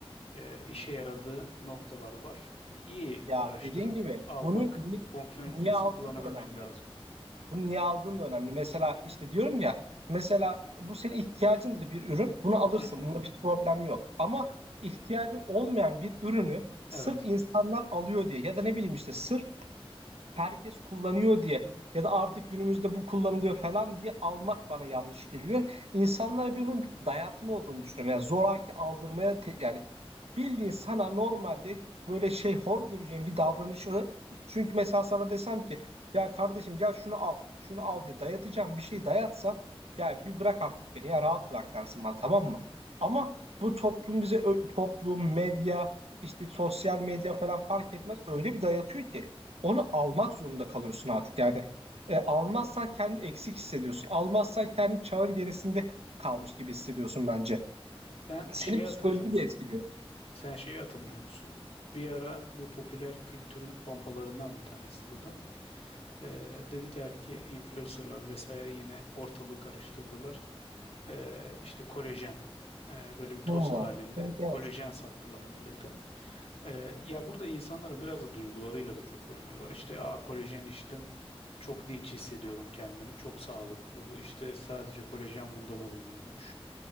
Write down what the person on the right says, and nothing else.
Ya
dediğin gibi
bunu niye,
niye aldığın
da önemli.
Bunu niye aldığın da önemli. Mesela işte diyorum ya mesela bu senin ihtiyacındır bir ürün. Bunu alırsın.
Bunda bir problem yok. Ama ihtiyacın olmayan bir ürünü sırf
insanlar alıyor diye ya da ne bileyim işte sırf herkes kullanıyor diye ya da artık günümüzde bu kullanılıyor falan diye almak bana yanlış geliyor. İnsanlara bir bunun bir dayatma olduğunu düşünüyorum. Yani zoraki aldırmaya te- yani Bildiğin sana normalde böyle şey hor göreceğin bir davranışı çünkü mesela sana desem ki ya kardeşim gel şunu al şunu al diye dayatacağım bir şey dayatsam ya bir bırak artık beni ya rahat bırak dersin bana tamam mı? Ama bu toplum bize ö- toplum medya işte sosyal medya falan fark etmez öyle bir dayatıyor ki onu almak zorunda kalıyorsun artık yani E, almazsan kendini eksik hissediyorsun almazsan kendini çağın gerisinde kalmış gibi hissediyorsun bence.
Senin
psikolojini
de etkiliyor.
Oo,
evet evet.